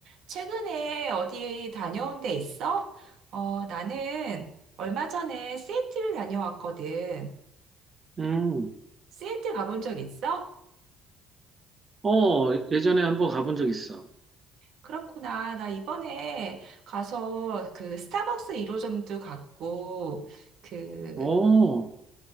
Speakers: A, on the right; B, on the right.
A: 최근에 어디 다녀온 데 있어? 어, 나는 얼마 전에 시애틀 다녀왔거든.
B: 음,
A: 시애틀 가본 적 있어?
B: 어, 예전에 한번 가본 적 있어.
A: 그렇구나. 나 이번에 가서 그 스타벅스 1호점도 갔고, 그,
B: 어,